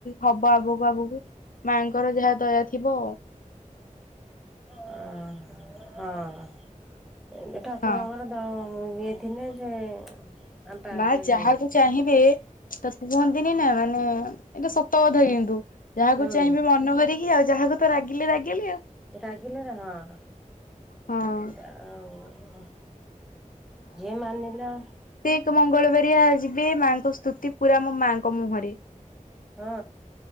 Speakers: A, on the left; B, in the centre.
A: ହବ ଆଗକୁ ଆଗକୁ ମାଙ୍କୁ ମାଙ୍କର ଯାହା ଦୟା ଥିବ।
B: ହ- ହଁ -ଏଇନେ ଠାକୁରଙ୍କର
A: ହଁ
B: ଦ- ମୁଁ ଇଏ ଥିଲେ ସେ ଆମ୍ପେ ଆମ୍ପେ
A: ମା ଯାହାକୁ
B: ଇଏ ହେଇଯାଏ।
A: ଚାହିଁବେ ତାକୁ କୁହନ୍ତିନି ନା ମାନେ ଏଟା ସତ କଥା କିନ୍ତୁ ଯାହାକୁ
B: ହୁଁ
A: ଚାହିଁବେ ମନ ଭରିକି ଆଉ ଯାହାକୁ ତ ରାଗିଲେ ରାଗିଲେ ଆଉ।
B: ରାଗିଲେ ହଁ-
A: ହଁ
B: ହଁ <unintelligible> ଯିଏ ମାନିଲା
A: ସେ ଏକ୍ ମଙ୍ଗଳବାରିଆ ଯିବେ ମାଆଙ୍କ ସ୍ତୁତି ପୁରା ମୋ ମାଙ୍କ ମୁହଁରେ।
B: ହଁ।